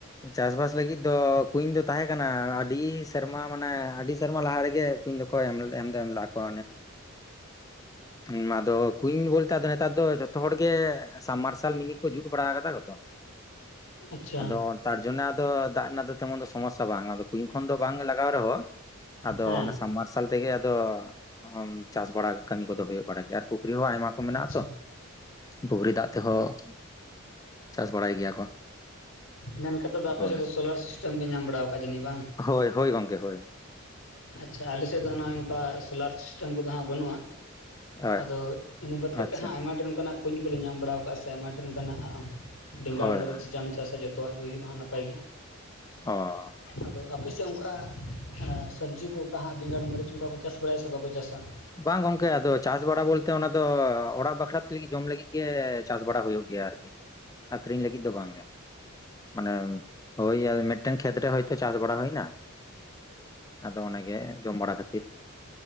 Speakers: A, on the left (about 15°); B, on the left (about 75°).
A: ᱪᱟᱥᱵᱟᱥ ᱞᱟᱹᱜᱤᱫ ᱫᱚ ᱠᱩᱧ ᱫᱚ ᱛᱟᱦᱮᱸ ᱠᱟᱱᱟ ᱟᱹᱰᱤ ᱥᱮᱨᱢᱟ ᱢᱟᱱᱮ ᱟᱹᱰᱤ ᱥᱮᱨᱢᱟ ᱞᱟᱦᱟ ᱨᱮᱜᱮ, ᱠᱩᱧ ᱫᱚᱠᱚ ᱮᱢ ᱫᱚ ᱮᱢ ᱞᱟᱜ ᱠᱚ ᱚᱱᱮ ᱾
B: <inaudible>
A: ᱮᱸᱻ ᱟᱫᱚ ᱠᱩᱧ ᱵᱚᱞᱛᱮ ᱟᱫᱚ ᱱᱮᱛᱟᱨ ᱫᱚ ᱡᱷᱚᱛᱚ ᱦᱚᱲ ᱜᱮ, ᱥᱟᱵᱢ ᱢᱟᱨᱥᱟᱞ ᱢᱤᱱᱤ ᱠᱚ ᱡᱩᱛ ᱵᱟᱲᱟ ᱟᱠᱟᱫᱟ ᱠᱚ ᱛᱚ
B: ᱟᱪᱪᱷᱟ
A: ᱟᱫᱚ᱾ ᱛᱟᱨ ᱡᱚᱱᱱᱮ ᱟᱫᱚ ᱫᱟᱜ ᱨᱮᱱᱟᱜ ᱫᱚ ᱛᱮᱢᱚᱱ ᱫᱚ ᱥᱚᱢᱚᱥᱥᱟ ᱵᱟᱝ᱾ ᱟᱫᱚ ᱠᱩᱧ ᱠᱷᱚᱱ ᱫᱚ ᱵᱟᱝ ᱮ ᱞᱟᱜᱟᱣ ᱨᱮᱦᱚᱸ ᱟᱫᱚ
B: ᱦᱮᱸ
A: ᱚᱱᱟ ᱥᱟᱵᱢ ᱢᱟᱨᱥᱟᱞ ᱛᱮᱜᱮ ᱟᱫᱚ ᱚᱸᱻ ᱪᱟᱥ ᱵᱟᱲᱟ ᱠᱟᱹᱢᱤ ᱠᱚᱫᱚ ᱦᱩᱭᱩᱜ ᱾ ᱵᱟᱲᱟᱜ ᱜᱮᱭᱟ ᱟᱨ ᱯᱩᱠᱷᱨᱤ ᱦᱚᱸ ᱟᱭᱢᱟ ᱠᱚ ᱢᱮᱱᱟᱜᱼᱟ
B: ᱟᱪᱪᱷᱟ
A: ᱛᱚ᱾ ᱯᱩᱠᱷᱨᱤ ᱫᱟᱜ ᱛᱮᱦᱚᱸ ᱪᱟᱥ ᱵᱟᱲᱟᱭ ᱜᱮᱭᱟ ᱠᱚ᱾
B: ᱢᱮᱱ ᱠᱟᱛᱮᱫ ᱫᱚ ᱟᱯᱮᱥᱮᱫ
A: ᱦᱳᱭ
B: ᱫᱚ ᱥᱳᱞᱟᱨ ᱥᱤᱥᱴᱮᱢ ᱯᱮ ᱧᱟᱢ ᱵᱟᱲᱟᱣᱟᱠᱟᱜ ᱡᱟᱹᱱᱤᱡ ᱵᱟᱝ?
A: ᱦᱚᱭ ᱦᱚᱭ ᱜᱚᱝ ᱠᱮ ᱦᱚᱭ ᱾
B: ᱟᱪᱪᱷᱟ ᱟᱞᱮ ᱥᱮᱫ ᱫᱚ ᱱᱚᱜᱼᱚᱭ ᱱᱚᱝᱠᱟ ᱥᱳᱞᱟᱨ ᱥᱤᱥᱴᱮᱢ ᱠᱚᱫᱚ ᱦᱟᱸᱜ ᱵᱟᱹᱱᱩᱜᱼᱟ᱾
A: ᱦᱳᱭ
B: ᱟᱫᱚ ᱤᱱᱟᱹ ᱵᱟᱫ ᱠᱟᱛᱮᱫ
A: ᱟᱪᱪᱷᱟ
B: ᱦᱟᱸᱜ ᱟᱭᱢᱟ ᱰᱷᱮᱨ ᱚᱱᱠᱟᱱᱟᱜ, ᱠᱩᱧ ᱠᱚᱞᱮ ᱧᱟᱢ ᱵᱟᱲᱟᱣ ᱟᱠᱟᱜᱼᱟ ᱥᱮ ᱟᱭᱢᱟ ᱰᱷᱮᱨ ᱚᱱᱠᱟᱱᱟᱜ ᱵᱮᱸᱜᱟᱲ
A: ᱦᱳᱭ
B: ᱢᱟᱹᱨᱤᱪ
A: ᱦᱳᱭ
B: ᱡᱟᱢ ᱪᱟᱥᱟ ᱡᱚᱛᱚ, ᱡᱚᱛᱚᱣᱟᱜ ᱜᱮ ᱦᱩᱭᱩᱜᱼᱟ ᱱᱟᱯᱟᱭ ᱜᱮ᱾
A: ᱚᱻ
B: ᱟᱫᱚ ᱟᱯᱮ ᱥᱮᱫ ᱚᱱᱠᱟ ᱮᱻ ᱥᱚᱵᱽᱡᱤ ᱠᱚ ᱚᱠᱟ ᱦᱟᱸᱜ ᱵᱮᱸᱜᱟᱲ ᱢᱟᱹᱨᱤᱪ ᱚᱱᱠᱟ ᱠᱚ ᱪᱟᱥ ᱵᱟᱲᱟᱭᱟ ᱥᱮ ᱵᱟᱠᱚ ᱪᱟᱥᱟ,
A: ᱵᱟᱝ ᱜᱚᱝᱠᱮ ᱟᱫᱚ ᱪᱟᱥ ᱵᱟᱲᱟ ᱵᱚᱞᱛᱮ ᱚᱱᱟ ᱫᱚ ᱚᱲᱟᱜ ᱵᱟᱠᱷᱨᱟ ᱛᱮ ᱞᱟᱹᱜᱤᱫ ᱡᱚᱢ ᱞᱟᱹᱜᱤᱫ ᱜᱮ ᱪᱟᱥ ᱵᱟᱲᱟ ᱦᱳᱭᱳᱜ ᱜᱮᱭᱟ ᱟᱨᱠᱤ᱾ ᱟᱠᱷᱨᱤᱧ ᱞᱟᱹᱜᱤᱫ ᱫᱚ ᱵᱟᱝ ᱜᱮ ᱢᱟᱱᱮ ᱦᱳᱭ ᱢᱤᱫᱴᱮᱱ ᱠᱷᱮᱛᱨᱮ ᱛᱚ ᱪᱟᱥ ᱵᱟᱲᱟ ᱦᱩᱭᱱᱟ, ᱟᱫᱚ ᱚᱱᱟᱜᱮ ᱡᱚᱢ ᱵᱟᱲᱟ ᱠᱷᱟᱹᱛᱤᱨ᱾